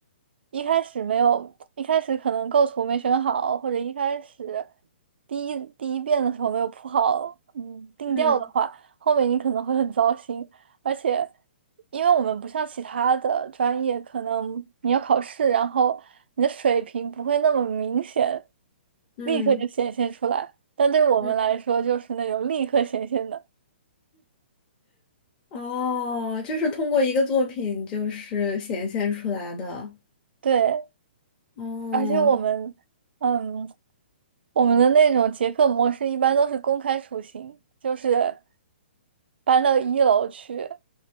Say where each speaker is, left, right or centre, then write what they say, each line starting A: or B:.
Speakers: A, on the right (about 65°); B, on the left (about 15°).
A: 一开始没有，一开始可能构图没选好，或者一开始第一第一遍的时候没有铺好，嗯，定调的话，
B: 嗯
A: 后面你可能会很糟心。而且，因为我们不像其他的专业，可能你要考试，然后你的水平不会那么明显，
B: 嗯
A: 立刻就显现出来。但对我们来说，
B: 嗯，
A: 就是那种立刻显现的。
B: 哦，就是通过一个作品就是显现出来的。
A: 对，
B: 哦，
A: 而且我们，嗯。我们的那种结课模式一般都是公开处刑，就是搬到一楼去，